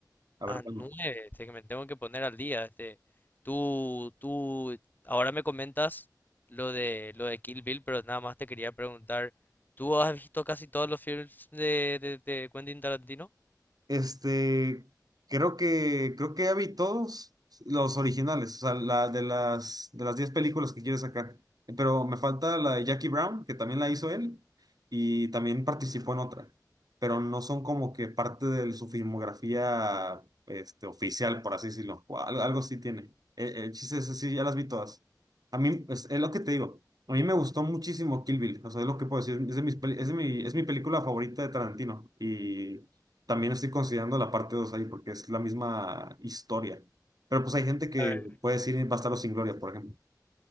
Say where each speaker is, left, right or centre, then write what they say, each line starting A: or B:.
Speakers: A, on the right; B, on the left.
A: A
B: Ah,
A: ver cuándo.
B: nueve, este, que me tengo que poner al día. Este, tú, tú, ahora me comentas lo de lo de Kill Bill, pero nada más te quería preguntar, ¿tú has visto casi todos los films de, de, de Quentin Tarantino?
A: Este, creo que, creo que ya vi todos los originales, o sea, la de las de las 10 películas que quiere sacar. Pero me falta la de Jackie Brown, que también la hizo él, y también participó en otra. Pero no son como que parte de su filmografía, este, oficial, por así decirlo. o al- algo, sí tiene. El, el chiste es así, ya las vi todas. A mí, es, es lo que te digo. A mí me gustó muchísimo Kill Bill, o sea, es lo que puedo decir, es de mis peli- es de mi, es mi película favorita de Tarantino y también estoy considerando la parte 2 ahí porque es la misma historia. Pero pues hay gente que
B: A ver.
A: puede decir Bastardos sin Gloria, por ejemplo.